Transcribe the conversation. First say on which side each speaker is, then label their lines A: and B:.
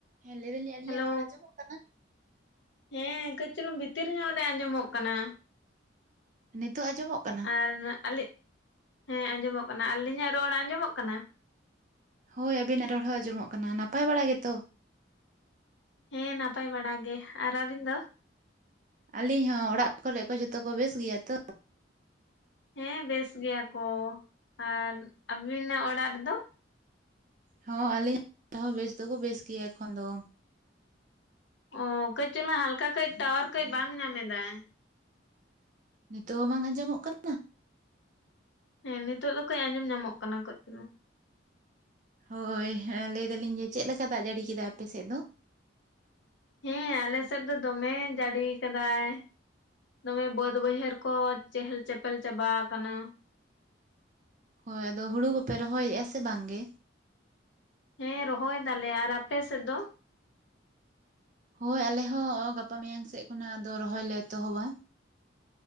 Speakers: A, on the right (about 40°); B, on the left (about 70°).
A: ᱦᱮᱸ ᱞᱟᱹᱭ ᱫᱟᱞᱤᱧ ᱟᱞᱤᱧᱟᱜ
B: ᱦᱮᱞᱳ
A: ᱨᱚᱲ ᱟᱸᱡᱚᱢᱚᱜ ᱠᱟᱱᱟ
B: ᱦᱮᱸ ᱠᱟᱹᱡᱪᱩᱞᱩᱝ ᱵᱷᱤᱛᱤᱨ ᱧᱚᱜ ᱨᱮ ᱟᱸᱡᱚᱢᱚᱜ ᱠᱟᱱᱟ
A: ᱱᱤᱛᱚᱜ ᱟᱸᱡᱚᱢᱚᱜ ᱠᱟᱱᱟ
B: ᱟᱨ ᱟᱞᱤᱧ ᱦᱮᱸ ᱟᱸᱡᱚᱢᱚᱜ ᱠᱟᱱᱟ ᱟᱹᱞᱤᱧᱟᱜ ᱨᱚᱲ ᱟᱸᱡᱚᱢᱚᱜ ᱠᱟᱱᱟ
A: ᱦᱳᱭ ᱟᱵᱤᱱᱟᱜ ᱨᱚᱲ ᱦᱚᱸ ᱟᱸᱡᱚᱢᱚᱜ ᱠᱟᱱᱟ ᱱᱟᱯᱟᱭ ᱵᱟᱲᱟ ᱜᱮᱛᱚ
B: ᱦᱮᱸ ᱱᱟᱯᱟᱭ ᱵᱟᱲᱟ ᱜᱮ ᱟᱨ ᱟᱵᱤᱱ ᱫᱚ
A: ᱟᱹᱞᱤᱧ ᱦᱚᱸ ᱚᱲᱟᱜ ᱠᱚᱨᱮᱜ ᱠᱚ ᱡᱷᱚᱛᱚ ᱠᱚ ᱵᱮᱥ ᱜᱮᱭᱟ ᱛᱚ
B: ᱦᱮᱸ ᱵᱮᱥ ᱜᱮᱭᱟ ᱠᱚ ᱟᱨ ᱟᱵᱤᱱᱟᱜ ᱚᱲᱟᱜ ᱨᱮᱫᱚ
A: ᱦᱚᱸ ᱟᱹᱞᱤᱧ ᱦᱚᱸ ᱵᱮᱥ ᱫᱚᱠᱚ ᱵᱮᱥ ᱜᱮᱭᱟ ᱮᱠᱷᱚᱱ ᱫᱚ
B: ᱚ ᱠᱟᱹᱡ ᱪᱚᱞᱟᱝ ᱦᱟᱞᱠᱟ ᱠᱟᱹᱡ ᱴᱟᱣᱟᱨ ᱠᱟᱹᱡ ᱵᱟᱝ ᱧᱟᱢ ᱮᱫᱟᱭ
A: ᱱᱤᱛᱚᱜ ᱦᱚᱸ ᱵᱟᱝ ᱟᱸᱡᱚᱢᱚᱜ ᱠᱟᱱᱟ
B: ᱦᱮᱸ ᱱᱤᱛᱚᱜ ᱫᱚ ᱠᱟᱹᱡ ᱟᱸᱡᱚᱢ ᱧᱟᱢᱚᱜ ᱠᱟᱱᱟ ᱠᱟᱹᱡ ᱪᱩᱞᱩᱝ
A: ᱦᱳᱭ ᱞᱟᱹᱭ ᱫᱟᱞᱤᱧ ᱡᱮ ᱪᱮᱫ ᱞᱮᱠᱟ ᱫᱟᱜ ᱡᱟᱹᱲᱤ ᱠᱮᱫᱟᱭ ᱟᱯᱮ ᱥᱮᱫ ᱫᱚ
B: ᱦᱮᱸ ᱟᱞᱮᱥᱮᱫ ᱫᱚ ᱫᱚᱢᱮ ᱡᱟᱹᱲᱤ ᱠᱟᱫᱟᱭ ᱫᱚᱢᱮ ᱵᱟᱹᱫ ᱵᱟᱹᱭᱦᱟᱹᱲ ᱠᱚ ᱪᱮᱦᱮᱞ ᱪᱮᱯᱮᱞ ᱪᱟᱵᱟ ᱟᱠᱟᱱᱟ
A: ᱦᱳᱭ ᱟᱫᱚ ᱦᱩᱲᱩ ᱠᱚᱯᱮ ᱨᱚᱦᱚᱭᱮᱫᱼᱟ ᱥᱮ ᱵᱟᱝᱜ ᱜᱮ
B: ᱦᱮᱸ ᱨᱚᱦᱚᱭ ᱫᱟᱞᱮ ᱟᱨ ᱟᱯᱮ ᱥᱮᱫ ᱫᱚ
A: ᱦᱳᱭ ᱟᱞᱮ ᱦᱚᱸ ᱜᱟᱯᱟ ᱢᱮᱭᱟᱝ ᱥᱮᱜ ᱠᱷᱚᱱᱟᱜ ᱟᱫᱚ ᱨᱚᱦᱚᱭ ᱞᱮ ᱮᱛᱚᱦᱚᱵᱟ